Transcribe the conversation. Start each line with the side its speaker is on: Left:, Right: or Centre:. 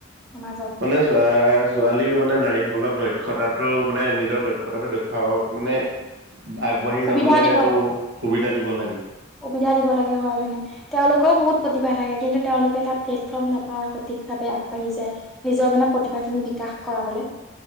Centre: সমাজত
Right: শুনেছোৱাচ। ছোৱালী মানে নাৰীসকলক দক্ষতাটো মানে নিজৰ দক্ষতাটো দেখুৱাব মানে আগবাঢ়ি
Centre: সুবিধা
Right: যাবলৈ
Centre: দিব
Right: এইটো
Centre: লাগে
Right: সুবিধা দিব লাগে।
Centre: সুবিধা দিব লাগে হয় মানে তেওঁলোকেও বহুত প্ৰতিভা থাকে কিন্তু তেওঁলোকে এটা প্লেটফৰ্ম নাপায় সথিক। আৰ্থিক ভাৱে আগবাঢ়ি যায় নিজৰ মানে প্ৰতিভাখিনি বিকাশ কৰাবলৈ।